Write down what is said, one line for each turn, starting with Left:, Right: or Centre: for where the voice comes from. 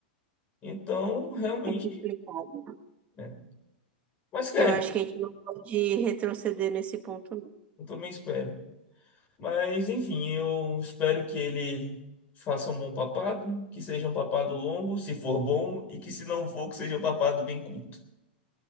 Left: Então, realmente.
Right: É complicado.
Left: né? Mas, cara,
Right: Eu acho que a gente não pode retroceder nesse ponto, não.
Left: Eu também espero. Mas, enfim, eu espero que ele faça um bom papado, que seja um papado longo, se for bom, e que se não for, que seja um papado bem curto.